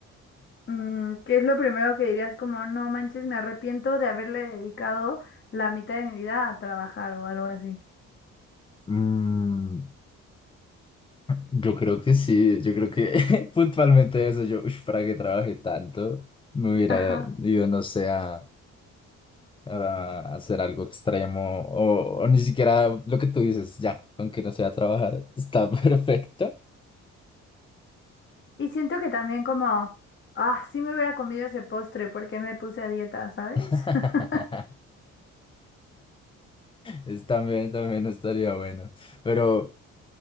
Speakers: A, on the left; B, on the left.
A: mm, ¿qué es lo primero que dirías como, no manches, me arrepiento de haberle dedicado la mitad de mi vida a trabajar o algo así?
B: Mm. Yo creo que sí, yo creo que <laughs> puntualmente eso, yo, "Ush, para que trabaje tanto, me hubiera
A: Ajá.
B: ido, no sé, a, a hacer algo extremo o, o ni siquiera lo que tú dices, ya, aunque no sea trabajar, está <laughs> perfecto.
A: Y siento que también como, ah, sí me hubiera comido ese postre porque me puse a dieta, ¿sabes?
B: <laughs>
A: <laughs>
B: Es también, también estaría bueno, pero